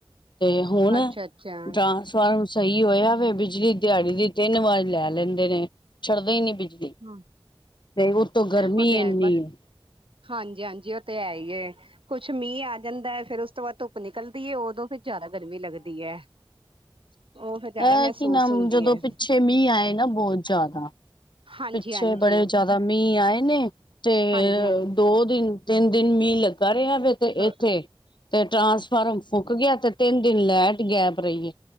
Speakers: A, on the left; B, on the right.
A: ਤੇ ਹੁਣ
B: ਅੱਛਾ ਅੱਛਾ
A: ਜਾਣਸ <unintelligible> ਸਹੀ ਹੋਇਆ ਵੇ ਬਿਜਲੀ ਦਿਹਾੜੀ ਦੀ ਤਿੰਨ ਵਾਰ ਲੈ ਲੈਂਦੇ ਨੇ ਛੱਡਦੇ ਹੀ ਨੀ ਬਿਜਲੀ
B: ਹਾਂ
A: ਤੇ ਉਤੋਂ ਗਰਮੀ
B: ਉਹ ਤੇ
A: ਏਨੀ
B: ਬਸ
A: ਹੈ
B: ਹਾਂਜੀ ਹਾਂਜੀ ਉਹ ਤੇ ਹੈ ਹੀ ਐ ਕੁੱਛ ਮੀਂਹ ਆ ਜਾਂਦਾ ਫੇਰ ਉਸ ਤੋਂ ਬਾਅਦ ਧੁੱਪ ਨਿਕਲਦੀ ਏ ਉਦੋਂ ਫਿਰ ਜ਼ਿਆਦਾ ਗਰਮੀ ਲੱਗਦੀ ਹੈ ਉਹ ਫਿਰ ਜ਼ਿਆਦਾ
A: ਅਹ
B: ਮਹਿਸੂਸ
A: ਕਿ ਨਾਮ
B: ਹੁੰਦੀ
A: ਜਦੋਂ
B: ਹੈ
A: ਪਿੱਛੇ ਮੀਂਹ ਆਏ ਨਾ ਬਹੁਤ ਜ਼ਿਆਦਾ
B: ਹਾਂਜੀ
A: ਪਿੱਛੇ
B: ਹਾਂਜੀ
A: ਬੜੇ ਜਿਆਦਾ ਮੀਂਹ ਆਏ ਨੇ ਤੇ
B: ਹਾਂਜੀ
A: ਦੋ ਦਿਨ ਤਿੰਨ ਦਿਨ ਮੀਹ ਲੱਗਾ ਰਿਹਾ ਵੇ ਤੇ
B: ਹਾਂਜੀ
A: ਇੱਥੇ ਤੇ ਟਰਾਂਸਫਾਰਮ ਫੂਕ ਗਿਆ ਤੇ ਤਿੰਨ ਦਿਨ ਲੈਟ ਗੈਪ ਰਹੀ ਹੈ